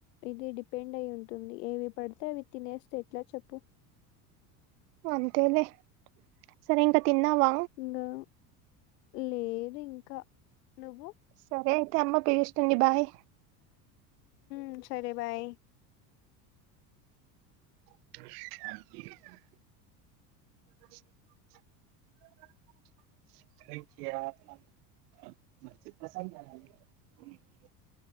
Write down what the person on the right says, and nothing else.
అంతేలే సరే ఇంకా తిన్నావా
సరే అయితే అమ్మ పిలుస్తుంది బాయ్
థ్యాంక్ యూ <unintelligible>